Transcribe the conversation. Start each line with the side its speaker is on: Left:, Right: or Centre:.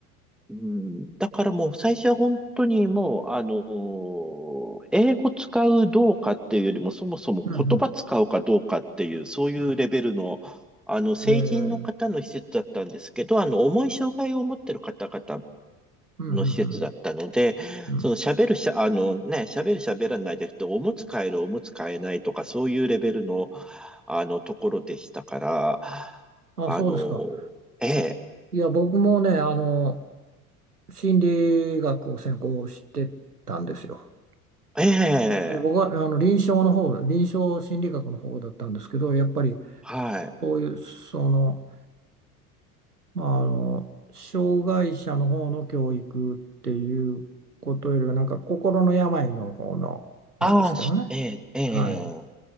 Centre: うん、だからもう最初は本当にもう、あの、英語使うどうかっていうよりも、そもそも言葉使うかどうかっていう、
Right: うん、うん。
Centre: そういうレベルの、
Right: うん
Centre: あの、成人の方の施設だったんですけど、
Right: えー
Centre: あの、重い障害を持ってる方々
Right: うん、
Centre: の施設だったので、
Right: うん、うん。うん
Centre: その喋るしゃ、あのね、喋る喋らないじゃなくて、おむつ替える、おむつ替えないとか、そういうレベルの、あの、ところでしたから、
Right: あ、
Centre: あの、
Right: そうですか。
Centre: ええ、
Right: いや、僕もね、あの、心理学を専攻してたんですよ。
Centre: ええ、
Right: え僕はあの臨床の方、臨床心理学の方だったんですけど、やっぱり
Centre: はい。
Right: そういう、その、まあ、あの、障害者の方の教育っていうことよりは、なんか心の病の方の、
Centre: ああ、
Right: なんですけどね。
Centre: しええ、ええ、
Right: はい。